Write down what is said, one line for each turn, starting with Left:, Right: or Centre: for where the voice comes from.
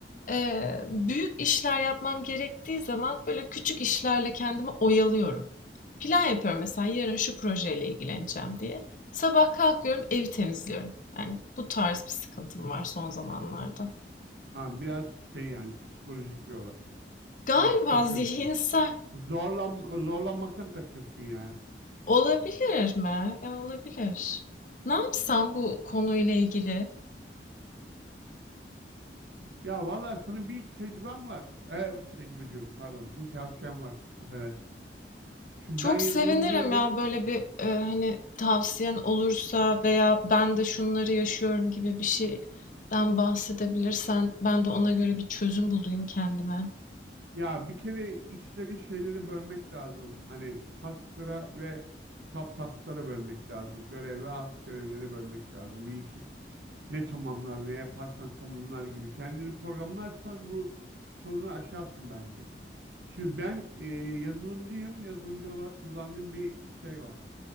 Left: Eee, büyük işler yapmam gerektiği zaman, böyle, küçük işlerle kendimi oyalıyorum. Plan yapıyorum mesela, yarın şu projeyle ilgileneceğim diye. Sabah kalkıyorum, evi temizliyorum. Yani bu tarz bir sıkıntım var son zamanlarda.
Right: Ha, biraz şey yani psikolojik bir olay.
Left: Galiba
Right: Biraz kaçıyorsun.
Left: zihinsel.
Right: Zorlan, zorlanmaktan kaçıyorsun yani.
Left: Olabilir mi? Ya, olabilir. Ne yapsam bu konuyla ilgili?
Right: Ya vallahi sana bir tecrübem var. Ee, tecrübe diyorum pardon. Bir tavsiyem var. Affedersin. Şimdi
Left: Çok
Right: ben yazılımcıyım.
Left: sevinirim ya böyle bir, eee, hani, tavsiyen olursa veya ben de şunları yaşıyorum gibi bir şeyden bahsedebilirsen ben de ona göre bir çözüm bulayım kendime.
Right: Ya bir kere işleri şeyleri bölmek lazım. Hani task'lara ve subtask'lara bölmek lazım. Görev ve alt görevleri bölmek lazım. Bir işi ne tamamlar ne yaparsan tamamlar gibi. Kendini programlarsan bu sorunu aşarsın bence. Şimdi ben e, yazılımcıyım. Yazılımcı olarak kullandığım bir şey var.